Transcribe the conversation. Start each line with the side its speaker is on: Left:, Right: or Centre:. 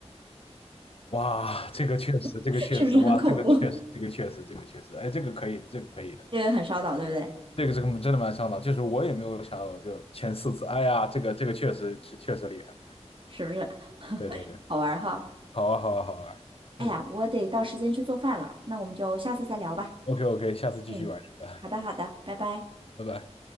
Left: 哇，这个确实，
Right: <laughs>
Left: 这个确实，
Right: 是不是很恐怖？
Left: 哇，这个确实，
Right: <laughs>
Left: 这个确实，这个确实，哎，这个可以，这个可以的。
Right: 这个很烧脑，对不对？
Left: 这个这个真的蛮上脑，就是我也没有想到，就前四次，哎呀，这个这个确实确确实厉害，
Right: 是不是
Left: 对对对，
Right: 好玩儿哈？
Left: 好啊好啊好啊，
Right: 哎呀，
Left: 嗯
Right: 我得到时间去做饭了，那我们就下次再聊吧。
Left: ，OK OK，下次继续玩这个，
Right: 嗯，好的，好的，拜拜。
Left: 拜拜。